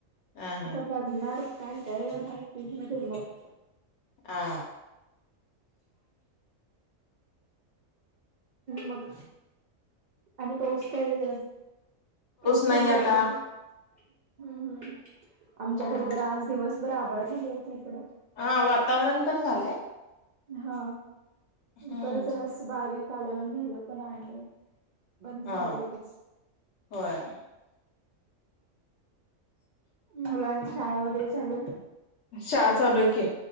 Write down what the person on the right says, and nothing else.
आता बघ मनार काय काय <unintelligible>
मग आणि पाऊस काय हे, पाऊस
तेन पडलं
काय? हम्म हम्म आमच्याकडे
जरा आज दिवसभर आभळ झाला होत इकडं.
हा
दुपारी जरा असं बारीक आल्यावाणी झालं पण आणि बंद झाले
लगेच.
मुलांची शाळा वगैरे चालू